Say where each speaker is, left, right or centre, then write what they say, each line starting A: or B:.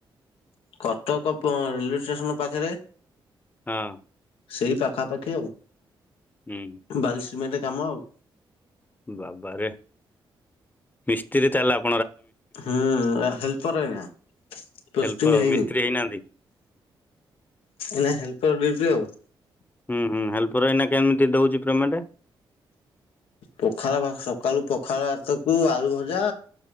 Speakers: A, on the left; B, on the left.
A: କଟକ ରେଲୱେ ଷ୍ଟେସନ ପାଖରେ
B: ହଁ।
A: ସେଇ ପାଖା ପାଖି ଆଉ
B: ହୁଁ
A: ବାଲି ସିମେଣ୍ଟ କାମ ଆଉ।
B: ବାବାରେ ମିସ୍ତ୍ରୀ ତାହଲେ ଆ
A: ହୁଁ ହେଲ୍ପର ଆ୍ଞା ପୋଷ୍ଟିଙ୍ଗ
B: ହେଲ୍ପର
A: ହେଇନି।
B: ମିସ୍ତ୍ରୀ ହେଇନାହାନ୍ତି
A: ଏନା ହେଲ୍ପର ରେଟ ଆଉ।
B: ହୁଁ ହୁଁ ହେଲ୍ପର ଏଇନା କେମିତି ଦଉଛି ପେମେଣ୍ଟ?
A: ପଖାଳ ସକାଳୁ ପଖାଳ ଭାତକୁ ଆଳୁ ଭଜା